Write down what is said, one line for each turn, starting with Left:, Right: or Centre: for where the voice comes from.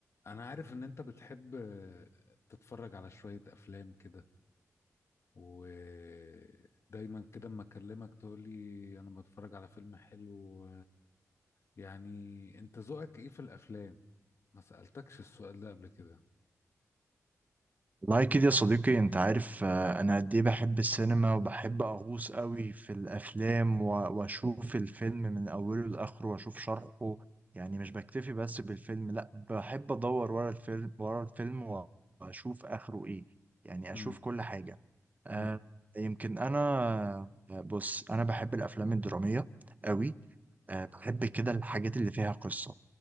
Left: انا عارف ان انت بتحب تتفرج على شوية افلام كده ودايما كده اما اكلمك تقولي انا بتفرج على فيلم حلو يعني انت ذوقك ايه في الافلام ما سألتكش السؤال ده قبل كده
Right: والله كده يا صديقي انت عارف آه، انا قد ايه بحب السينما وبحب اغوص قوي في الافلام و- واشوف الفيلم من اوله لاخره واشوف شرحه يعني مش بكتفي بس بالفيلم لا بحب ادور ورا الفيلم ورا الفيلم و- واشوف اخره ايه يعني
Left: امم
Right: اشوف كل حاجة آه،
Left: امم
Right: يمكن انا آه، بص انا بحب الافلام الدرامية قوي آه، بحب كده الحاجات اللي فيها قصة